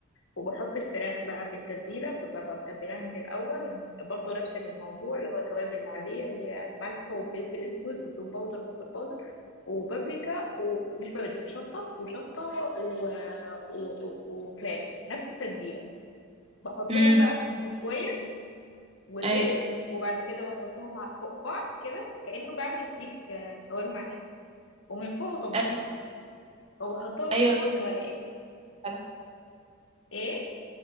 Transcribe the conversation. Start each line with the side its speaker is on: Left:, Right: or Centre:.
Left: وبحط الفراخ بقى بالتتبيلة كنت ببقى متبلاها من الأول برضو نفس الموضوع اللي هو توابل العادية اللي هي ملح وفلفل أسود وتوم باودر بصل باودر وبابريكا ومش بابريكا شطة وشطة و... و... و... وكاري نفس التتبيلة بحطهم
Right: امم
Left: بقى بشوية وزيت
Right: ايوه
Left: وبعد كده بحطهم ع- فوق بعض كده كأنه بعمل سيخ آه، شاورما عادي ومن فوق طماطمية
Right: ايوه
Left: وبحطهم
Right: ايوه
Left: في الفرن واقف
Right: فعلا
Left: ايه